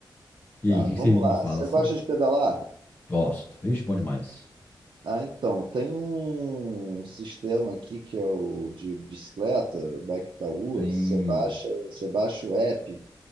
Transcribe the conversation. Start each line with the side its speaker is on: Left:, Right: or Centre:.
Left: E
Right: Tá,
Left: aí, o que
Right: vamos
Left: que você me
Right: lá.
Left: fala,
Right: Você
Left: assim?
Right: gosta de pedalar?
Left: Gosto. Ixi, bom demais.
Right: Ah, então, tem um sistema aqui que é o de bicicleta, Bike Itaú.
Left: Tem...
Right: Você baixa, você baixa o app